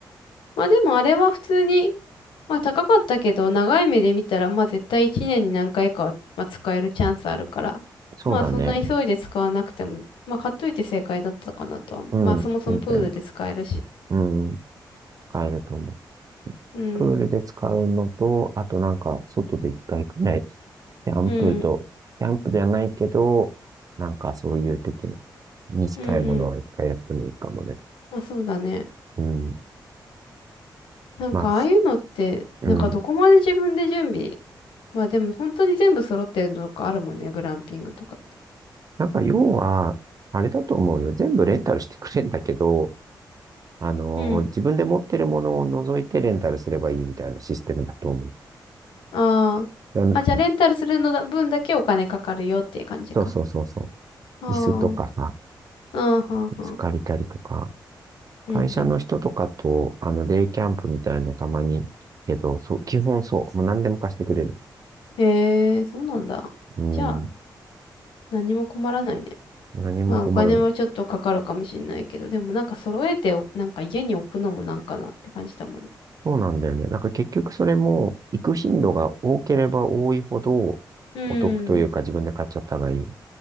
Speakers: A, on the left (about 85°); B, on the right (about 45°).
A: まあでもあれは普通に、まあ高かったけど、長い目で見たら、まあ絶対1年に何回かは、まあ、使えるチャンスあるから、
B: そうだね。
A: まあそんな急いで使わなくても、まあ買っといて正解だったかなとは思う。
B: うん、
A: まあそもそもプールで使えるし。
B: 全然、うん、使えると思う。
A: うん。
B: プールで使うのと、あとなんか、外で一回くらい、キャンプと、
A: うん。
B: キャンプではないけど、なんかそういう的な短いものは一回やってもいいかもね。
A: うんうん。まあそうだね。
B: うん。
A: なんかああいうのって、
B: まあ、うん。
A: なんかどこまで自分で準備。まあでも本当に全部揃ってるのとかあるもんね、グランピングとか
B: なんか要は、あれだと思うよ。全部レンタルしてくれんだけど、あのー自分で持ってるものを除いてレンタルすればいいみたいなシステムだと思う。
A: うん。ああ。
B: だ
A: あ、じゃあレンタルするのだ、分だけお金かかるよっていう感じか。
B: そうそうそうそ
A: あー
B: う。椅子とかさ、
A: あー。あはーはー
B: 椅子借りたりとか、会社の人とかと、
A: うん、うん。
B: あの、デイキャンプみたいのたまに、けど、そう、基本そう。もう何でも貸してくれる。
A: へえ、そうなんだ。
B: うん。
A: じゃあ何も困らないね。
B: 何も困らない。
A: まあお金もちょっとかかるかもしれないけど、でもなんか揃えてお、なんか家に置くのもなんかなって感じだもんね。
B: そうなんだよね。なんか結局それも、行く頻度が多ければ多いほど、
A: うん。
B: お得というか自分で買っちゃった方がいい。